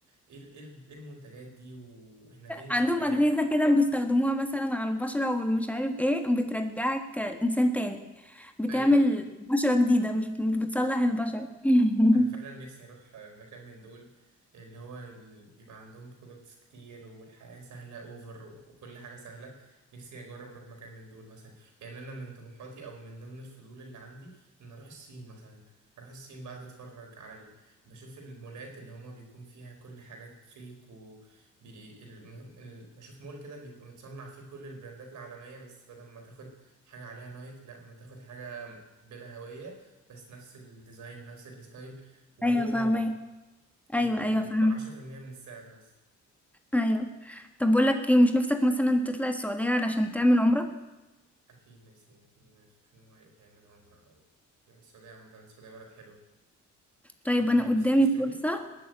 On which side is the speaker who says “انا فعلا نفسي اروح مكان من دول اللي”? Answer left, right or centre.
Right